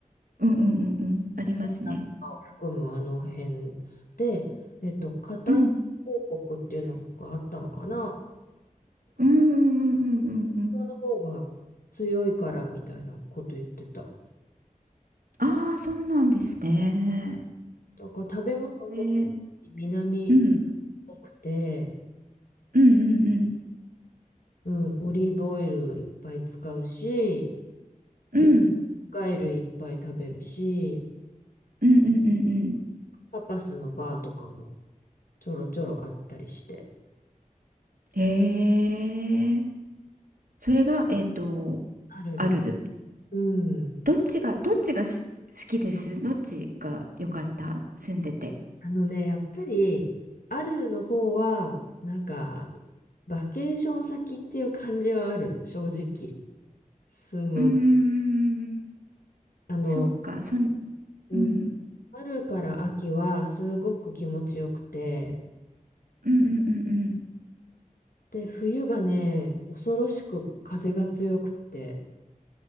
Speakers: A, on the right; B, on the left.
A: うんうんうんうん、ありますね。
B: ナとかを含むあの辺で、えっと、カタル王国っていうのがあったのかな。
A: うん、うんうんうんうんうんうん。
B: その方が強いからみたいなこと言ってた。
A: ああ、そうなんですね。
B: だから食べ物も南っ
A: ね、うん、
B: ぽくて、
A: うんうんうん、
B: うん、オリーブオイルいっぱい使うし、
A: うん、
B: 魚介類いっぱい食べるし、
A: うんうんうんうん。
B: タパスのバーとかもちょろちょろあったりして。
A: へえ、それが、えっと、
B: アルル、
A: アルル。
B: うん。
A: どっちが、どっちがす好きですどっちが良かった住んでて。
B: あのね、やっぱり、アルルの方は、なんか、バケーション先っていう感じはある、正直。住む。
A: うーん、
B: あの、
A: そっか、そん、
B: うん、
A: うん、
B: 春から秋はすごく気持ちよくて、
A: うんうんうんうん。
B: で、冬がね、恐ろしく風が強くて、